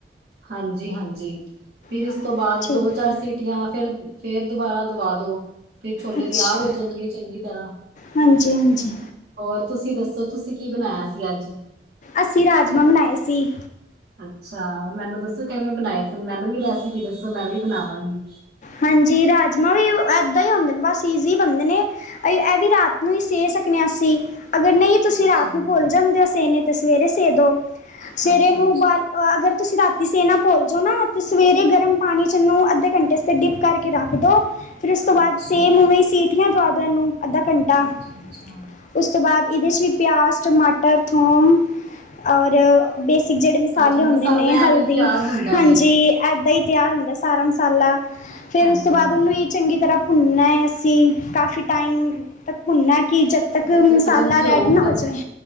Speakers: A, on the right; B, on the left.
A: ਹਾਂਜੀ- ਹਾਂਜੀ। ਫਿਰ
B: ਹਾਂ
A: ਉਸ ਤੋਂ ਬਾਅਦ
B: ਠੀਕ
A: ਦੋ ਚਾਰ
B: ਹੈ
A: ਸੀਟੀਆਂ ਫੇਰ, ਫੇਰ ਦੁਬਾਰਾ ਦਵਾ ਦੋ, ਫਿਰ ਛੋਲੇ
B: ਅੱਛਾ
A: ਤਿਆਰ ਹੋ ਜਾਨਗੇ ਚੰਗੀ ਤਰ੍ਹਾਂ।
B: ਹਾਂਜੀ ਹਾਂਜੀ
A: ਹੋਰ ਤੁਸੀਂ ਦੱਸੋ, ਤੁਸੀਂ ਕੀ ਬਨਾਇਆ ਸੀ ਅੱਜ?
B: ਅਸੀਂ ਰਾਜਮਾ ਬਨਾਏ ਸੀ।
A: ਅੱਛਾ, ਮੈਨੂੰ ਦੱਸੋ ਕਿਵੇਂ ਬਨਾਏ ਸੀ ਮੈਨੂੰ ਵੀ ਰੈਸਪੀ ਦੱਸੋ ਮੈਂ ਵੀ ਬਨਾਵਾਂਗੀ।
B: ਹਾਂਜੀ, ਰਾਜਮਾਂ ਵੀ ਇਏਦਾਂ ਹੀ ਹੁੰਦੇ ਨੇ ਬਸ ਈਜ਼ੀ ਬਨਦੇ ਨੇ ਅ ਐ ਵੀ ਰਾਤ ਨੂੰ ਹੀ ਸੇ ਸਕਨੇ ਆਂ ਅਸੀ। ਅਗਰ ਨਹੀਂ ਤੁਸੀਂ
A: ਅੱਛਾ,
B: ਰਾਤ ਨੂੰ ਭੁੱਲ ਜਾਂਦੇ ਓ ਸੇਨੇ, ਤਾਂ ਸਵੇਰੇ ਸੇ ਦੋ। ਸਵੇਰੇ
A: ਅੱਛਾ-ਅੱਛਾ,
B: ਨੂੰ
A: ਅੱਛਾ।
B: ਬਾਲ ਅਗਰ ਤੁਸੀਂ ਰਾ <unintelligible> ਤੁਸੀ ਨਾ ਭੁਲ ਜਾਓ ਨਾ, ਤੇ ਸਵੇਰੇ ਗਰਮ ਪਾਨੀ ਚ ਇਹਨੂੰ ਅੱਧੇ ਘੰਟੇਤੇ ਡਿਪ ਕਰਕੇ ਰੱਖ ਦੋ। ਫਿਰ ਉਸ ਤੋਂ ਬਾਅਦ
A: ਅੱਛਾ-ਅੱਛਾ,
B: ਸੇਮ ਓਂਵੇਈ ਸੀਟੀਆਂ ਦਵਾ ਦੋ ਐਂਨੂੰ, ਅੱਧਾ ਘੰਟਾ।
A: ਅੱਛਾ ਅੱਛਾ
B: ਉਸ ਤੋਂ ਬਾਅਦ ਇਹਦੇ 'ਚ ਵੀ ਪਿਆਜ਼, ਟਮਾਟਰ, ਥੂਮ, ਔਰ ਬੇਸਿਕ ਜਿਹੜੇ ਮਸਾਲੇ
A: ਅੱਛਾ ਮਸਾਲਾ
B: ਹੁੰਦੇ ਨੇ ਹਲਦੀ,
A: ਐਵੇਂ ਹੀ ਤਿਆਰ ਹੁੰਦਾ
B: ਹਾਂਜੀ
A: ਵੇ
B: ਐਦਾਂਈ ਤਿਆਰ ਹੁੰਦੈ। ਸਾਰਾ ਮਸਾਲਾ ਫੇਰ
A: ਹਾਂਜੀ-ਹਾਂਜੀ।
B: ਉਸ ਤੋਂ ਬਾਅਦ ਉਹਨੂੰ ਚੰਗੀ ਤਰ੍ਹਾਂ ਭੁੰਨਨਾ ਹੈ ਅਸੀਂ, ਕਾਫੀ ਟਾਈਮ ਤੱਕ ਭੁੰਨਣਾ ਕਿ ਜ ਤੱਕ
A: ਬੱਚੇ
B: ਮਸਾਲਾ
A: ਤਕਨ ਘਿਓ
B: ਰੈਡ
A: ਉੱਪਰ
B: ਨਾ ਹੋ ਜਾਵੇ।